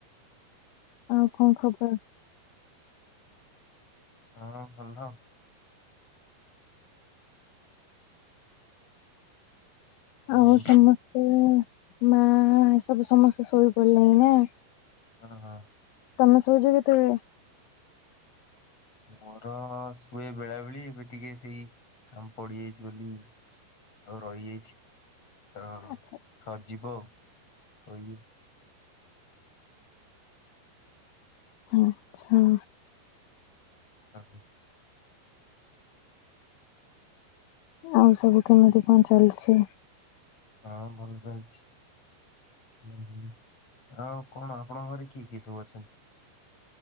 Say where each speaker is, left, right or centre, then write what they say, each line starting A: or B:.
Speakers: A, on the left; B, on the left.
A: ଆଉ ଖଁ ଖବର?
B: ହଁ ଭଲ। କଣ
A: ଆଉ
B: ହଁ
A: ସମସ୍ତେ ମା ଏସବୁ ସମସ୍ତେ ଶୋଇପଇଲଣିି ନା?
B: ହଁ ହଁ।
A: ତମେ ଶୋଉଚ କେତେବେଳେ?
B: ମୋର ଶୁଏ ବେଳାବେଳେ ଏବେ ଟିକେ ସେଇ କାମ ପଡିଯାଇଚି ବେଲି ଆଉ ରହିଯାଇଛି ତ
A: ଆଚ୍ଛା
B: ସରିଯିବ ଆଉ ଶୋଇବି।
A: ହଁ ହଁ।
B: ହ ହଁ
A: ଆଉ ସବୁ କେମିତି କଣ ଚାଲିଛି?
B: ହଁ ଭଲ ଚାଲିଛି। <unintelligible> ଆଉ କଣ ଆପଣଙ୍କ ଘରେ କିଏ କିଏ ସବୁ ଅଛନ୍ତି?